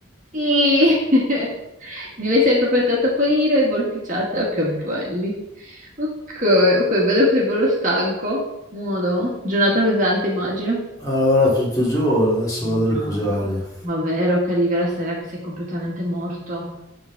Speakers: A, on the right; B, on the left.
A: sì, <laughs> dimensioni proprio tra topolino e volpiciato, che belli. Ok, ok, vedo che sei bello stanco. Modo, giornata pesante, immagino.
B: Ha lavorato tutto il giorno, adesso
A: Mado,
B: vado a riposare.
A: ma vero che arrivi alla sera che sei completamente morto?